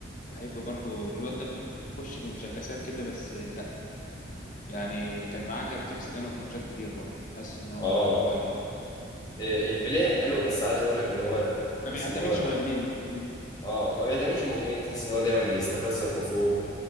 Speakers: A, on the left; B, on the left.
A: بحب برضو الواد ده بيخش بمشاكسات كده بس لا يعني كان معاه جد كريستيانو في ماتشات كتير برضو حاسس ان هو
B: اه
A: كويس
B: آه، البليه حلو بس عايز اقول لك ان هو
A: ما
B: تحس
A: بيعتمدش
B: ان هو
A: مهاجمين مم.
B: اه ما بيعتمدش مجهود تحس ان هو دايما بيستفز الخصوم